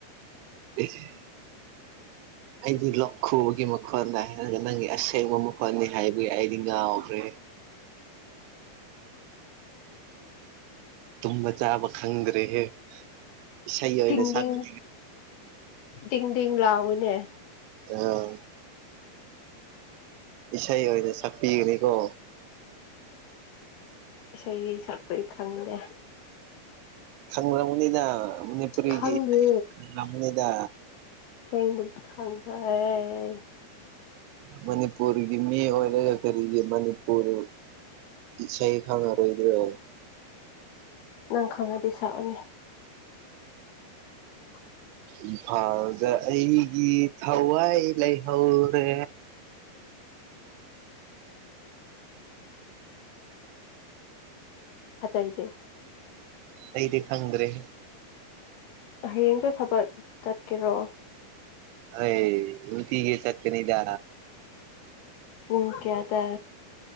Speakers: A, on the right; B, on the left.
A: <unintelligible> ꯍꯥꯢꯖꯤꯜꯂꯣ ꯈꯨꯕꯒꯤ ꯃꯈꯣꯟꯗ ꯍꯥꯏꯔꯒ ꯅꯪꯒꯤ ꯑꯁꯦꯡꯕ ꯃꯈꯣꯟꯅꯤ ꯍꯥꯏꯕꯒꯤ ꯑꯩꯗꯤ ꯉꯥꯎꯈ꯭ꯔꯦ ꯇꯨꯝꯕ ꯆꯥꯕ ꯈꯪꯗ꯭ꯔꯦꯍꯦ ꯏꯁꯩ ꯑꯣꯏꯅ
B: ꯗꯤꯡ
A: ꯁꯛꯑꯣ
B: ꯗꯤꯡ ꯗꯤꯡ ꯗꯤꯡ ꯂꯥꯎꯋꯤꯅꯦ
A: ꯑꯥ ꯏꯁꯩ ꯑꯣꯏꯅ ꯁꯛꯄꯤꯒꯅꯤꯀꯣ
B: ꯏꯁꯩ ꯁꯛꯄꯩ ꯈꯪꯗꯦ
A: ꯈꯪꯔꯝꯅꯤꯅ ꯃꯅꯤꯄꯨꯔꯤꯒꯤ
B: ꯈꯪꯗꯦ
A: <unintelligible> ꯇꯝꯕꯅꯤꯗ
B: ꯑꯁꯦꯡꯕꯒꯤ ꯈꯪꯖꯔꯦ
A: ꯃꯅꯤꯄꯨꯔꯒꯤ ꯃꯤ ꯑꯣꯏꯔꯒ ꯀꯔꯤꯒꯤ ꯃꯅꯤꯄꯨꯔ ꯏꯁꯩ ꯈꯪꯉꯔꯣꯏꯗ꯭ꯔꯣ
B: ꯅꯪ ꯈꯪꯉꯗꯤ ꯁꯥꯛꯑꯣꯅꯦ <inaudible>
A: ꯏꯝꯐꯥꯜꯗ ꯑꯩꯒꯤ ꯊꯋꯥꯏ ꯂꯩꯍꯧꯔꯦ
B: ꯑꯇꯩꯗꯤ
A: ꯑꯩꯗꯤ ꯈꯪꯗ꯭ꯔꯦꯍꯦ
B: ꯍꯌꯦꯡꯗꯣ ꯁꯥꯕꯠ ꯆꯠꯀꯦꯔꯣ
A: ꯍꯣꯏ ꯅꯨꯡꯇꯤꯒꯤ ꯆꯠꯀꯅꯤꯗ
B: ꯄꯨꯡ ꯀꯌꯥꯗ